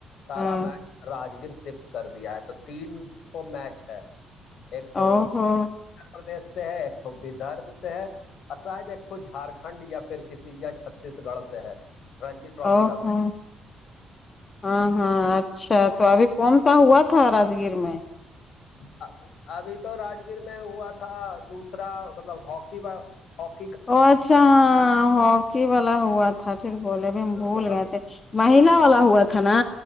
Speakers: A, on the left; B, on the left.
A: سارا
B: ہاں
A: میچ راجگیر سفٹ کر دیا ہے تو تین ٹو میچ ہے ایک توٹو
B: او ہو
A: اتر پردش سے ہے ایکٹو ودرب سے ہے آشاد ایکٹو جھارکھنڈ یا پھر کسی یا چھتیس گڑھ سے ہے رنجی ٹرافی
B: ا
A: کا
B: ہاں ہاں ہاں اچھا تو ابھی کون سا ہوا تھا راگیر میں
A: ہاں ب ابھی تو راگیر میں ہوا تھا دوسرا مطلب ہاکی ہی
B: ا اچھا ہاں ہاکی والا ہوا ٹیک بولےب ہم بھول
A: تو ابھی
B: گئے تھے مہلا والا ہوا تھا نا